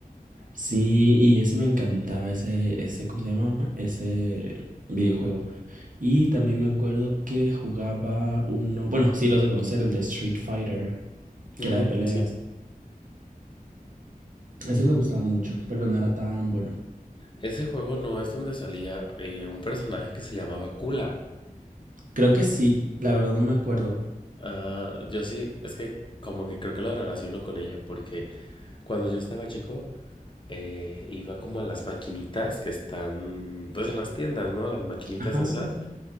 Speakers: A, on the right; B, on the left.
A: Sí, y ese me encantaba, ese, ese, ¿cómo se llama? Ese videojuego. Y también me acuerdo que jugaba uno, bueno, sí los de conocer, el de Street Fighter,
B: Mm,
A: que era de peleas.
B: sí.
A: Ese me gustaba mucho, pero no era tan bueno.
B: Ese juego no es donde salía eh, un personaje que se llamaba Kula.
A: Creo que sí, la verdad no me acuerdo.
B: Ah, yo sí, es que como que creo que lo relaciono con ella porque Cuando yo estaba chico, eh, iba como a las maquinitas que están, pues en las tiendas, ¿no? Las maquinitas
A: Ajá,
B: esas.
A: sí.